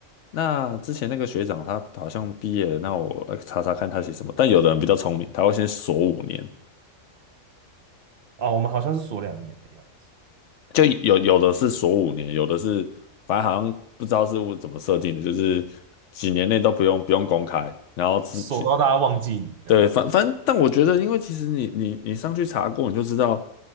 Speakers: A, on the left (about 70°); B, on the right (about 55°).
A: 那之前那个学长他好像毕业了，那我来查查看他写什么。但有的人比较聪明，他会先锁五年，
B: 哦，我们好像是锁两年的样子，
A: 就有有的是锁五年，有的是反正好像不知道是怎么设定的，就是几年内都不用不用公开，然后自己
B: 锁到大家忘记你这样，
A: 对，反反正，但我觉得，因为其实你你你上去查过，你就知道